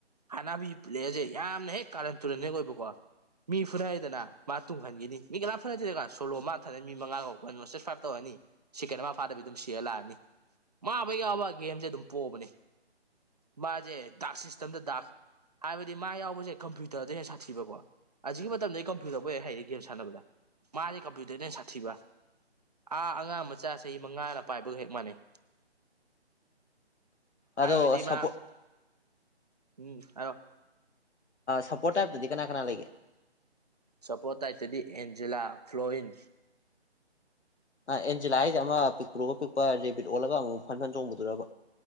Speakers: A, on the right; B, on the left.
A: ꯍꯥꯟꯅꯕꯤ ꯄꯨꯂꯛꯑꯁꯦ ꯌꯥꯝꯅ ꯍꯦꯛ ꯀꯥꯔꯟ ꯇꯨꯔꯟ ꯍꯦꯛ ꯑꯣꯏꯕꯀꯣ ꯃꯤ ꯐꯨꯅꯔꯗꯅ ꯃꯥ ꯇꯨꯡꯍꯟꯈꯤꯅꯤ ꯃꯤ ꯀꯅꯥꯝ ꯐꯨꯅꯗꯦꯗꯒ ꯁꯣꯂꯣ ꯃꯥ ꯊꯥꯅꯅꯤ ꯃꯤ ꯃꯉꯥꯒ ꯐꯥꯏꯚ ꯇꯧꯔꯅꯤ ꯁꯤꯀꯦꯠ ꯑꯃ ꯐꯥꯗꯕꯤ ꯑꯗꯨꯝ ꯁꯤꯔ ꯂꯥꯛꯑꯅꯤ ꯃꯥꯕ ꯌꯥꯎꯕ ꯒꯦꯝꯁꯦ ꯑꯗꯨꯝ ꯄꯣꯛꯑꯕꯅꯦ ꯃꯥꯁꯦ ꯗꯥꯛ ꯁꯤꯁꯇꯦꯝꯗ ꯗꯥꯛ ꯍꯥꯏꯕꯗꯤ ꯃꯥ ꯌꯥꯎꯕꯁꯦ ꯀꯝꯄ꯭ꯌꯨꯇꯔꯗ ꯍꯦꯛ ꯁꯥꯊꯤꯕꯀꯣ ꯑꯁꯤꯒꯤꯛ ꯃꯇꯝꯗ ꯑꯩ ꯀꯝꯄ꯭ꯌꯨꯇꯔꯕꯨ ꯍꯥꯏꯗꯤ ꯒꯦꯝ ꯁꯥꯟꯅꯕꯗ ꯃꯥꯁꯦ ꯀꯝꯄ꯭ꯌꯨꯇꯔꯗꯩꯅ ꯁꯥꯠꯊꯤꯕ ꯑꯥ ꯑꯉꯥꯡ ꯃꯆꯥ ꯆꯍꯤ ꯃꯉꯥꯅ ꯄꯥꯏꯕꯒ ꯍꯦꯛ ꯃꯥꯟꯅꯩ
B: <inaudible> ꯑꯗ
A: ꯍꯥꯏꯕꯗꯤ
B: ꯁꯄ
A: ꯃꯥ ꯎꯝ ꯍꯥꯏꯣ
B: ꯁꯞꯄꯣꯔꯠ ꯇꯥꯏꯞꯇꯗꯤ ꯀꯅꯥ ꯀꯅꯥ ꯂꯩꯒꯦ
A: ꯁꯄꯣꯇꯥꯏꯇꯗꯤ ꯑꯦꯟꯖꯦꯂꯥ ꯐ꯭ꯂꯋꯤꯟ
B: ꯑꯦꯟꯖꯦꯂꯥ ꯍꯥꯏꯁꯦ ꯑꯃ ꯄꯤꯛꯇꯨꯔꯒ ꯄꯤꯛꯄ ꯔꯦꯕꯤꯠ ꯑꯣꯜꯂꯒ ꯑꯃꯨꯛ ꯐꯟ ꯐꯅ ꯆꯣꯡꯕꯗꯨꯔꯕ